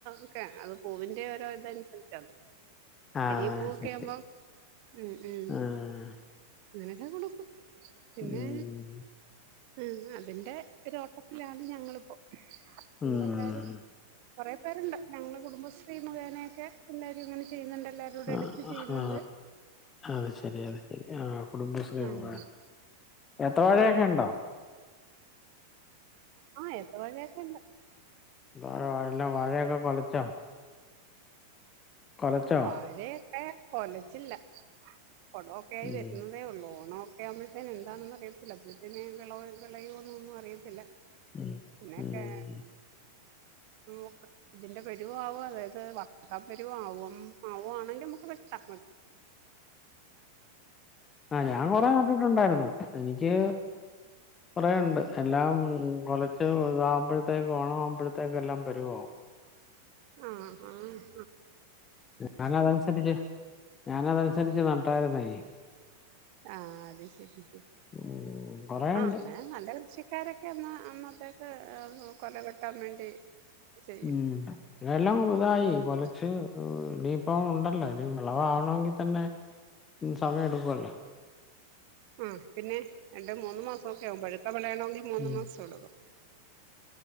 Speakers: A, on the right (about 45°); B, on the left (about 20°).
A: ഒക്കെ അത് പൂവിന്റെ ഓരോ ഇതന്സരിച്ച
B: ആഹ്
A: ചെറിയ പൂവൊക്കാവുമ്പോ
B: ശരി
A: ഉം ഉം
B: ആഹ്
A: അങ്ങനൊക്കാ കൊടുക്കും പിന്നെ
B: ഉം
A: ഉം അതിന്റെ ഒരു ഓട്ടത്തിലാണ് ഞങ്ങളിപ്പോ ഞങ്ങളെല്ലാരും
B: ഉം
A: കുറെേ പേര്ണ്ട് ഞങ്ങളെ കുടുംബശ്രീ മുഖേനൊക്കെ എല്ലാരും അങ്ങനെ ചെയ്യുന്നുണ്ട് എല്ലാരുടെ
B: ആ
A: എടുത്ത്
B: ആ
A: ചെയ്യുന്നുണ്ട്
B: ഹാ അത് ശെരി അത് ശെരി ആഹ് കുടുംബശ്രീ
A: ഉം
B: മുഖേ-
A: <unintelligible>
B: ഏത്ത വാഴയൊക്കെ
A: ആഹ്
B: ഇണ്ടോ
A: ആ ഏത്ത വഴെക്കെണ്ട്
B: ന്താഴ വഴെല്ലാം വാഴയൊക്കെ കൊലച്ചോ കൊലച്ചോ
A: ഉം വാഴയൊക്കെ കൊലച്ചില്ല പൊടമൊക്കെ ആയി
B: ഉം
A: വരുന്നതേ ഒള്ളൂ ഓണ ഒക്കെ ആവുമ്പഴെത്തേന് എന്താണൊന്നും അറിയത്തില്ല അപ്പയത്തേന് വിള വിളയോന്നൊന്നും അറിയത്തില്ല
B: ഉം
A: പിന്നെക്കെ
B: ഉം
A: നോക്ക് ഇതിലെ വെരുവോ ആവോ <unintelligible> ആവോ മ് ‌പോവണെങ്കിൽ മ്മക്ക് വെക്കാ
B: ആ ഞാൻ കൊറെ നേറ്റിട്ടുണ്ടായിരുന്നു എനിക്ക് കൊറെണ്ട് എല്ലാം കൊലച് വൽതാകുമ്പഴത്തേക്ക് ഓണം ആവുമ്പോഴത്തേക് എല്ലാം വരോ പരുവാവും
A: ആ ആ
B: ഞാനതനുസരിച്ച് ഞാനതനുസരിച്ച് നട്ടായിരുന്നേ
A: ആ അത് ശ്രദ്ധിച്ച്
B: ഉം കൊറേ
A: ആ
B: ഉണ്ട്
A: അങ്ങനെ നല്ല കൃഷിക്കാരൊക്കെന്നാ അന്നത്തേക്ക് കൊല വെട്ടാൻ വേണ്ടി ചെയ്യും
B: ഉം എല്ലാം പുതുതായി
A: ഉം
B: കൊലച്ച് ഇനീയിപ്പം ഉണ്ടല്ലോ ഇനി വിളവാവണങ്കിൽ തന്നെ സമയം എടുക്കുവല്ലോ
A: ഹ് പിന്നെ രണ്ട് മൂന്ന് മാസക്കെ ആവും പഴുത്ത വെളയണങ്കിൽ മൂന്ന്
B: ഉം
A: മാസം ടുക്കും